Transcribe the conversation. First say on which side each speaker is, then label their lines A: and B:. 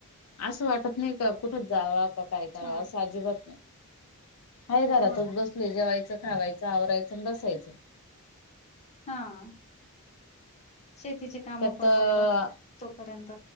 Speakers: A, on the left (about 70°); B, on the left (about 30°).
A: असं वाटत नाही का, कुठं जाव का काय करावा,
B: हा
A: असं अजिबात नाही. आहे घरातच
B: हो ना
A: बसलोय, जेवायचं, खावायचं, आवरायचं, आणि बसायचं.
B: हां, शेतीचे कामं
A: त्यात
B: पण बंद, तोपर्यंत